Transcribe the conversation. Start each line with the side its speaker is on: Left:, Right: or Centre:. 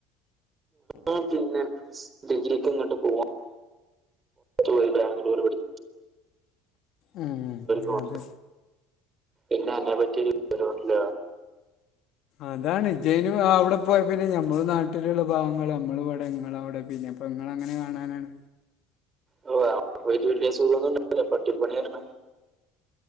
Right: ഞാൻ പിന്നെ ഡിഗ്രിക്ക് ഇങ്ങോട്ട് പോവാ പോയി ബാഗ്ലൂര് പഠി
Left: ഉം
Right: പോവാം
Left: അത്
Right: പിന്നെ അതെ പറ്റി ഒരു വിവരോല്ല
Left: അതാണ് ജ്ജയന് ആ അവിടെ പോയ പിന്നെ ഞമ്മൾ നാട്ടിലുള്ള പാവങ്ങൾ നമ്മൾ വ്ടെ ഇങ്ങള് അവ്ടെ പിന്നെ അപ്പൊ നിങ്ങളങ്ങനെ കാണാനാണ്
Right: ഓ, അവിടെ പോയിട്ട് വല്യ സുഖോന്നുണ്ടായില്ല പട്ടിപ്പണി ആയിരുന്ന്